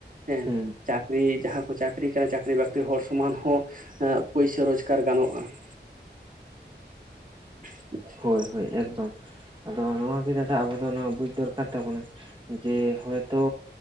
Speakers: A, on the right; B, on the right.
A: ᱦᱮᱸ
B: ᱦᱩᱸ
A: ᱪᱟᱠ ᱨᱤ ᱡᱟᱦᱟᱸ ᱠᱚ ᱪᱟᱹᱠᱨᱤ ᱠᱟᱱᱟ ᱪᱟᱹᱠᱨᱤ ᱵᱟᱹᱠᱨᱤ ᱦᱚᱲ ᱥᱚᱢᱟᱱ ᱦᱚᱸ ᱯᱩᱭᱥᱟᱹ ᱨᱳᱡᱽᱜᱟᱨ ᱜᱟᱱᱚᱜ-ᱟ ᱾ <inaudible>
B: ᱦᱳᱭ ᱦᱳᱭ ᱮᱠᱫᱚᱢ ᱟᱫᱚ ᱱᱚᱣᱟ ᱜᱮ ᱫᱟᱫᱟ ᱟᱵᱚ ᱫᱚ ᱱᱚᱣᱟ ᱵᱩᱡ ᱫᱚᱨᱠᱟᱨ ᱛᱟᱵᱚᱱᱟ ᱾ ᱡᱮ ᱦᱳᱭᱛᱳ